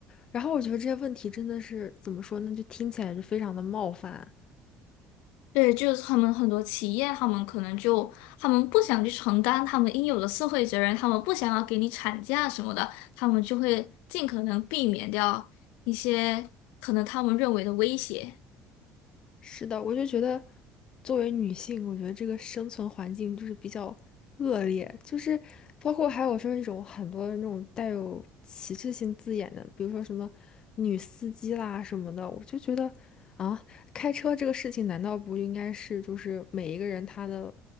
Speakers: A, on the left (about 40°); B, on the left (about 85°).
A: 然后我觉得这些问题真的是怎么说呢，就听起来就非常的冒犯。
B: 对，就是他们很多企业，他们可能就他们不想去承担他们应有的社会责任，他们不想要给你产假什么的，他们就会尽可能避免掉一些可能他们认为的威胁。
A: 是的，我就觉得，作为女性，我觉得这个生存环境就是比较恶劣，就是包括还有说那种很多那种带有歧视性字眼的，比如说什么女司机啦什么的，我就觉得啊，开车这个事情难道不应该是就是每一个人他的